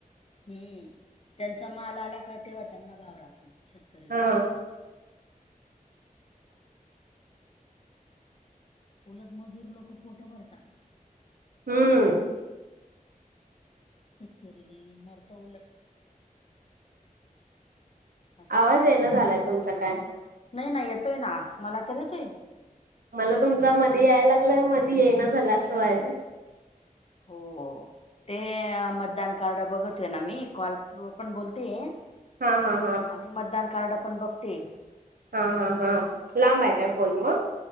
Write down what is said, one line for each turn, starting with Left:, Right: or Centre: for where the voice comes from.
Left: हम्म. त्यांचा माल आला का, तेव्हा त्यांना भाव राहत नाही. शेतकरी
Right: हा
Left: लोकांचा. उलट, मजूर लोक पोटं भरतात.
Right: हम्म.
Left: शेतकरी, मरतं उलट. असं
Right: आवाज
Left: असतं
Right: येईना झालाय, तुमचा काय.
Left: नाही - नाही येतोय ना. मला तर येतोय.
Right: मला तुमचा मध्ये यायला लागलाय. मधी येईना झाला. असं व्हायलंय.
Left: हो. ते मतदान कार्ड बघतोय ना, मी. कॉलवर पण बोलतेय.
Right: हा, हा, हा.
Left: आणि मतदान कार्ड पण बघतेय.
Right: हा, हा, हा. लांबाय काय? फोन मग.